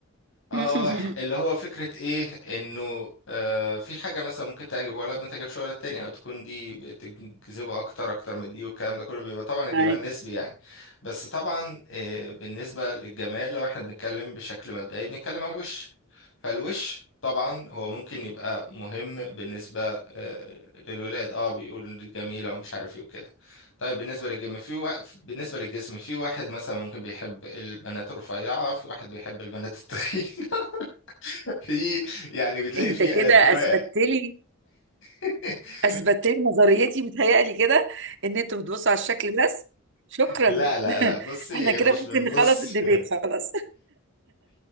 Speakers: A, on the left (about 65°); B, on the right (about 60°).
A: اه
B: <laughs>
A: اللي هو فكرة ايه انه آه في حاجة مثلا ممكن تعجب ولد ما تعجبش ولد تاني او تكون دي بتجذبه اكتر اكتر من دي والكلام ده كله بيبقى طبعا الجمال
B: معاك
A: نسبي يعني بس طبعا آه بالنسبة للجمال لو احنا بنتكلم بشكل مبدئي بنتكلم على الوش فالوش طبعا هو ممكن يبقى مهم بالنسبة آه للولاد اه بيقول دي جميلة ومش عارف ايه وكده طيب بالنسبة للجسم في وا... بالنسبة للجسم في واحد مثلا ممكن بيحب البنات الرفيعة في واحد بيحب البنات التخينة في يعني بتلاقي
B: انت
A: فيه
B: كده
A: أذواق
B: اثبتت لي
A: <laughs>
B: اثبتت لي نظريتي متهيألي كده ان انتوا بتبصوا على الشكل بس شكرا
A: لا لا لا
B: <laughs>
A: بصي
B: احنا
A: هي
B: كده
A: مش
B: ممكن
A: بنبص
B: نخلص الديبيت خلاص